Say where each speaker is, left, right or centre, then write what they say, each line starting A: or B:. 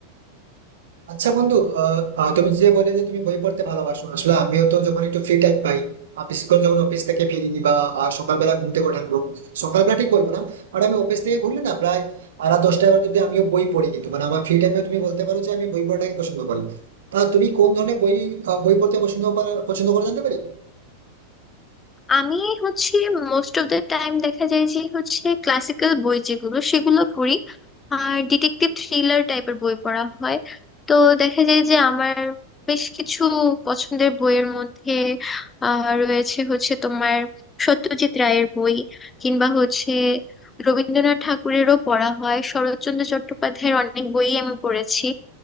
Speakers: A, on the right; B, on the left.
A: আচ্ছা বন্ধু আহ, আহ, তুমি যে বলে যে তুমি বই পড়তে ভালোবাসো আসলে আমিও তো যখন একটু ফ্রি টাইম পাই আহ, বিশেষ করে যখন অফিস থেকে ফিরি বা আহ, সকালবেলা ঘুম থেকে ওঠার পর সকালবেলা ঠিক বলবো না মানে আমি অফিস থেকে ঘুরলে না প্রায় আহ, রাত দশটা এগারোটা অব্দি আমিও বই পড়ি কিন্তু মানে আমার ফ্রি টাইমে তুমি বলতে পারো যে আমি বই পড়াটাকে পছন্দ করি তা তুমি কোন ধরনের বই আহ, বই পড়তে পছন্দ করা- পছন্দ করে জানতে পারি
B: আমি হচ্ছে মোস্ট অফ দ্য টাইম দেখা যায় যে হচ্ছে ক্লাসিক্যাল বই যেগুলো সেগুলো পড়ি আর ডিটেকটিভ থ্রিলার টাইপের বই পড়া হয় তো দেখা যায় যে আমার বেশ কিছু পছন্দের বইয়ের মধ্যে আহ, রয়েছে হচ্ছে তোমার সত্যজিৎ রায়ের বই কিংবা হচ্ছে রবীন্দ্রনাথ ঠাকুরেরও পড়া হয় শরৎচন্দ্র চট্টোপাধ্যায়ের অনেক বই আমি পড়েছি